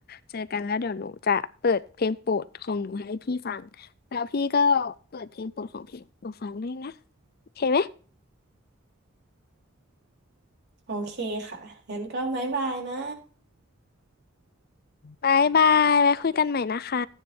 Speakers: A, on the left (about 45°); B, on the right (about 50°).
A: เจอกันแล้วเดี๋ยวหนูจะเปิดเพลงโปรดของหนูให้พี่ฟังแล้วพี่ก็เปิดเพลงโปรดของพี่หนูฟังด้วยนะโอเคไหม
B: โอเคค่ะงั้นก็บ๊ายบายนะ
A: บายบายไว้คุยกันใหม่นะคะ